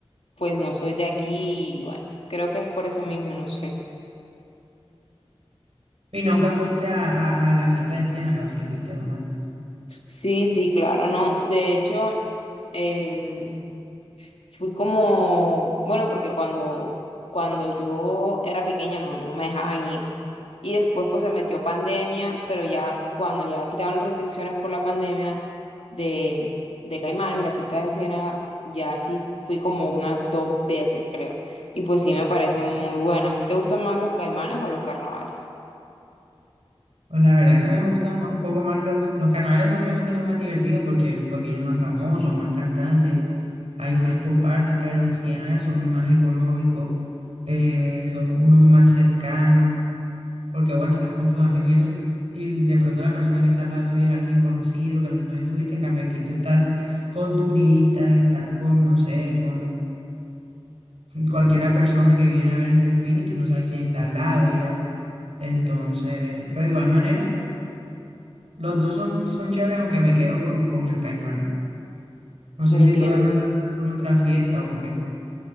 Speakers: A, on the left; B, on the right.
A: pues no soy de aquí y bueno, creo que es por eso mismo, no sé.
B: Y nunca fuiste a, a, a la fiesta de Enciénaga, o si fuiste alguna vez.
A: Sí, sí, claro, no. De hecho, em, fui como, bueno, porque cuando, cuando yo era pequeña no, no me dejaban ir. Y después pues se metió pandemia, pero ya cuando ya quitaron las restricciones por la pandemia de, de Caimanes, de la fiesta de Ciénaga, ya sí fui como unas dos veces, creo. Y pues sí me parecen muy buenas. ¿A ti te gustan más los Caimanes o los carnavales?
B: Pues la verdad es que me gustan ma- un poco más los, los carnavales, obviamente son más divertidos porque pues vienen más famosos, más cantantes, hay más comparsas, pero en Ciénaga son más económicos, eh, son unos más cercanos. Porque bueno, estás con tus amigos y eso. Y de pronto la persona que está al lado tuyo es alguien conocido que alguna vez tuviste. En cambio, aquí tú estás con turistas, estás con, no sé, con cualquiera persona que viene a ver el desfile y tú no sabes quién está al lado ya. Entonces, pero de igual manera, los dos son, son chéveres, aunque me quedo con, con el Caimán. No sé
A: No
B: si
A: entiendo.
B: tú de pronto estás con otra fiesta o qué.